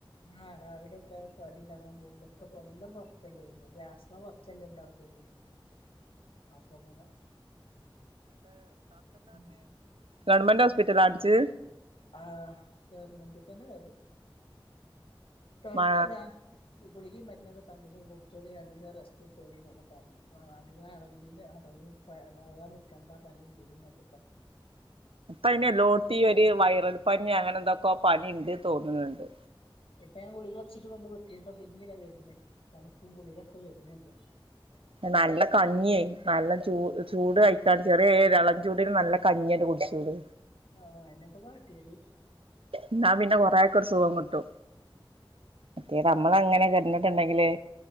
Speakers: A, on the left; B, on the right.
A: ആഹ് രാവിലെക്കെ കടിണ്ടങ്ങാൻ പോവുപൊക്കെ എല്ലം പൊറത്തല്ലേന്ന് ഗ്യാസ്മ്മെ കൊറച്ചല്ലേ ഇണ്ടാകൊള്ളു അപ്പങ്ങനെ <unintelligible>
B: ഗവൺമെൻറ് ഹോസ്പിറ്റൽലാ കാണിച്ചത്
A: ആഹ് ഗവർമെന്റിത്തന്ന പോയത് <unintelligible>
B: മാ
A: ഗുളികിം മരുന്നൊക്കെ തന്ന് കുടിച്ചൊണ്ടി രണ്ടിസം റസ്റ്റ് ഇട്തോളിന്നൊക്കെ പർഞ് അധികം എളകിണെന്റെ അടവ് പ എളക നിക്കണ്ട പനി കുടും നോക്കെ പറഞ്ഞു
B: ഇപ്പ അയ്ന് എലോട്തി ഒരു വൈറൽ പനി അങ്ങനെ എന്തൊക്കെ പനിണ്ട് തോന്നുണ് ണ്ട്
A: ഇപ്പ ഞാൻ ഗുളിക കുടിച്ചിട്ട് ഒന്ന് വിട്ടിനി ഇപ്പം പിന്നീതാ വരുന് തണുപ്പും കുളിരൊക്കെ വെര്ന്ണ്ട്.
B: നല്ല കഞ്ഞി നല്ല ചൂ ചൂട് കഴിക്കാണ്ട് ചെറിയ എളംചൂടിന് നല്ല കഞ്ഞട് കുടിച്ചൂട്
A: ആഹ് അയ്നപ്പ കാട്ടിയത്
B: എന്നാ പിന്നെ കൊറേക്ക ഒരു സുഖം കിട്ടും മറ്റേത് നമ്മളങ്ങനേ കെടന്നിട്ടെണ്ടെങ്കില്